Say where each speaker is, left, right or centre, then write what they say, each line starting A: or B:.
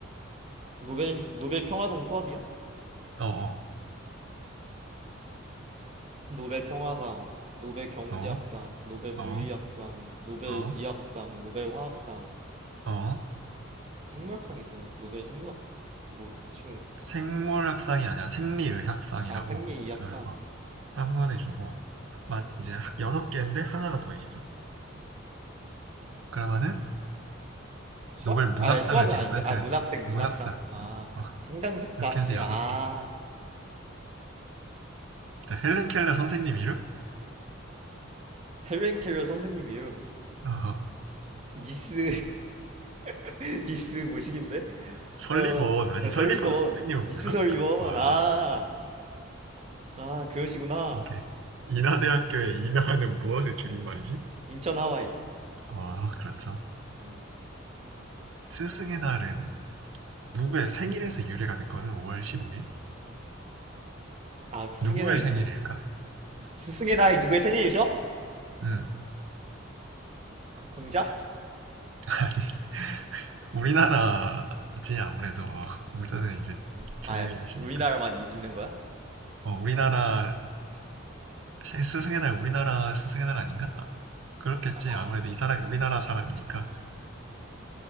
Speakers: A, on the right; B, on the right.
A: 노벨 노벨 평화상 포함이야?
B: 어, 어,
A: 노벨 평화상, 노벨 경제학상,
B: 어,
A: 노벨 물리학상,
B: 어,
A: 노벨
B: 어,
A: 이학상, 노벨 화학상,
B: 어.
A: 생물학상 있었나? 노벨 생물학 뭐 대충
B: 생물학상이 아니라 생리의학상이라고
A: 아 생리 이학상,
B: 그걸 어, 한건해주고 이제 여섯 개인데 하나가 더 있어. 그러면은
A: 수학?
B: 노벨 문학상을
A: 아 수학은
B: 지금
A: 아닌데,
B: 빼뜨리지.
A: 아 문학생
B: 문학상.
A: 문학상. 아
B: 어, 어.
A: 한강 작가
B: 이렇게
A: 씨,
B: 해서 여섯
A: 아.
B: 개. 자, 헬렌 켈러 선생님 이름?
A: 해외 캐리어 선생님 이름
B: 어,
A: 미스 <laughs> 미스 모식인데
B: 설리번.
A: 어
B: 아니, 설리번
A: 설리번
B: 선생님을
A: 미스
B: 몰라?
A: 설리번
B: 와,
A: 아 아 그러시구나
B: 오케이. 인하대학교의 인하는 무엇의 줄임말이지?
A: 인천 하와이
B: 어, 그렇죠.
A: 어,
B: 스승의 날은 누구의 생일에서 유래가 됐거든, 5월 15일?
A: 아 스승의
B: 누구의
A: 날
B: 생일일까?
A: 누구 스승의 날 누구의 생일이죠?
B: 음,
A: 공자?
B: <laughs> 아니, 우리나라지, 아무래도. 어, 공자는 이제
A: 공?
B: 중국인이시니까.
A: 아 우리나라만 이- 있는 거야?
B: 어, 우리나라, 스승의 날, 우리나라 스승의 날 아닌가? 아, 그렇겠지.
A: 아
B: 아무래도 이 사람이 우리나라
A: 음,
B: 사람이니까.